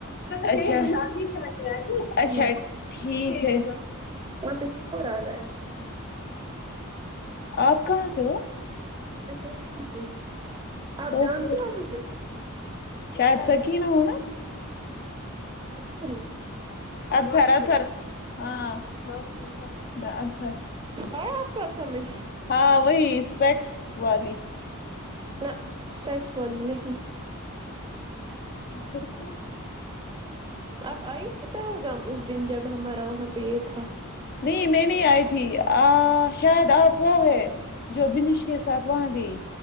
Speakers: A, on the left (about 45°); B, on the right (about 20°).
A: اچھا شادی اچھا
B: ہاں
A: ٹھیک ا
B: وہاں پہ شور آ رہا ہے
A: آپ کہاں سے ہو
B: ایسا ہوپ سے آپ
A: سوپور
B: جانتے ہو
A: سے
B: مجھے
A: شاید سکی نہ ہونا
B: اکثر ہوں
A: اچور اچار ہاں نش میں اندہر
B: آیا آپ کو اب سمجھ
A: ہاں وہی اسپیکس سوالی
B: نہ اسپیکس والی نہیں
A: سرک
B: آپ آئی تھی پہلگام اس دن جب ہمارا وہاں پی تھا
A: نہیں میں نہیں آئی تھی آ شاید آپ وہ ہے جو بنیش کے ساتھ وہاں گئی